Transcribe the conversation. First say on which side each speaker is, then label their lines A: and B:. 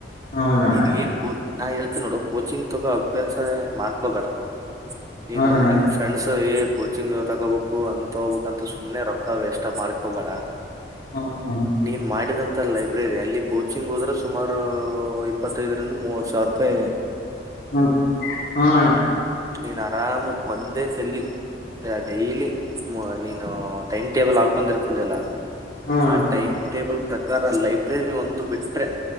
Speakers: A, on the left; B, on the right.
A: ಹೌದಣ
B: ನಿನ್ಗ
A: ಆಯ್
B: ಏನ್ ನಾ ಹೇಳ್ತೀನಿ ನೋಡು ಕೋಚಿಂಗ್ ತಗೋ ಅಭ್ಯಾಸ ಮಾಡ್ಕೊಬೇಡ. ನೀನು
A: ಹೌದಣ್ಣ
B: ನಿಮ್ ಫ್ರೆಂಡ್ಸ್ ಎ ಕೋಚಿಂಗ್ ತಗೋಬೇಕು ಹಂಗ್ ತಗೋಬೇಕಂತ ಸುಮ್ನೆ ರೊಕ್ಕ ವೇಸ್ಟ ಮಾಡ್ಕೋಬೇಡ. <unintelligible>
A: ಹೌದಣ್ಣ
B: ನೀನ್ ಮಾಡಿದ ಲೈಬ್ರೆರಿ ಅಲ್ಲಿ ಕೋಚಿಂಗ್ ಹೋದ್ರೆ ಸುಮಾರು ಇಪ್ಪತ್ತೈದ್ ಇ ಮುವತ್ ಸಾವ್ರಪಾಯಿ
A: ಹ್ಮ <unintelligible> ಹಾ ಅಣ
B: ನೀನ್ ಆರಾಮ್ ಒಂದೇ ತಲ್ಲಿ ಡೈಲಿ ನೀನು ಟೈಮ್ ಟೇಬಲ್ ಹಾಕೊಂಡಿರ್ತಿದಲ
A: ಹಾ ಅಣ್ಣ
B: ಆ ಟೈಮಟೇಬಲ್ ಪ್ರಕಾರ ಲೈಬ್ರರಿ ಒಂದು ಬಿಟ್ರೆ